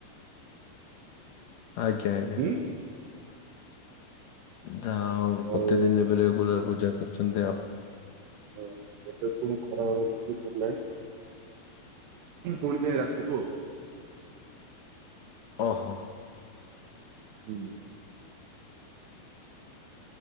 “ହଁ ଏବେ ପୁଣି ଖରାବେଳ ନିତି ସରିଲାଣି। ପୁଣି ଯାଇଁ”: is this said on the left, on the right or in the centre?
Right